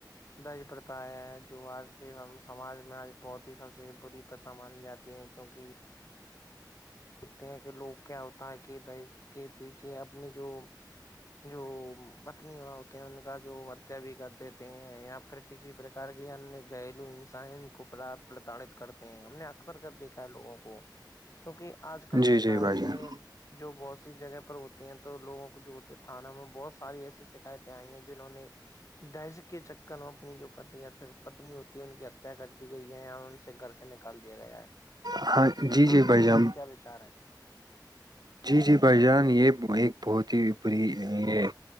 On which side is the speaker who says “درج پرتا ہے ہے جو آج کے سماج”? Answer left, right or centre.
Left